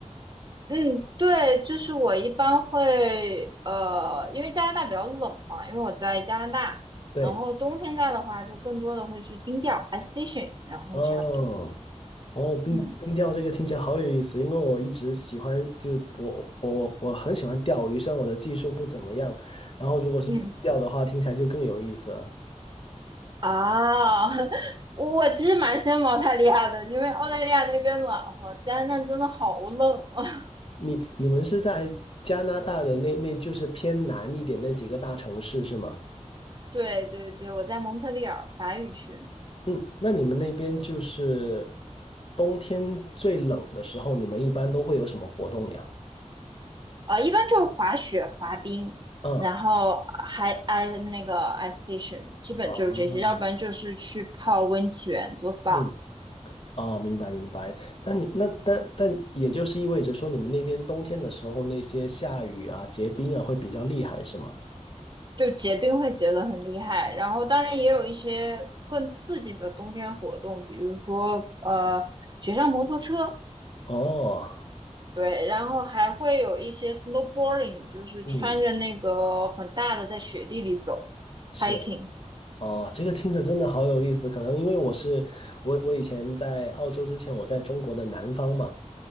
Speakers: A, on the right (about 35°); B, on the left (about 50°).
A: 嗯，对，就是我一般会呃，因为加拿大比较冷嘛，因为我在加拿大，
B: 对，
A: 然后冬天在的话就更多的会去冰钓 ice fishing，然后差不多。
B: 哦，哦，冰冰钓这个听起来好有意思，
A: 嗯
B: 因为我一直喜欢，就我我我很喜欢钓鱼，虽然我的技术不怎么样，然后如果是冰钓的话，
A: 嗯
B: 听起来就更有意思了。
A: 啊，<laughs> 我其实蛮羡慕澳大利亚的，因为澳大利亚那边暖和，加拿大真的好冷啊。
B: 你你们是在加拿大的那那就是偏南一点那几个大城市是吗？
A: 对对对，我在蒙特利尔法语区，
B: 嗯，那你们那边就是冬天最冷的时候，你们一般都会有什么活动呀？
A: 呃，一般就是滑雪、滑冰，
B: 嗯
A: 然后还 i 那个 ice fishing，基本就是这些，
B: 哦，
A: 要不然就是去泡温泉、做 SPA，
B: 嗯，哦，明白明白。但你那但但也就是意味着说，你们那边冬天的时候，那些下雨啊、结冰啊会比较厉害，是吗？
A: 就结冰会结得很厉害。然后当然也有一些更刺激的冬天活动，比如说呃雪上摩托车，
B: 哦，
A: 对，然后还会有一些 snowboarding，就是穿着那个很大的在雪地里走
B: 嗯，是。
A: hiking。
B: 哦，这个听着真的好有意思。可能因为我是我我以前在澳洲之前，我在中国的南方嘛。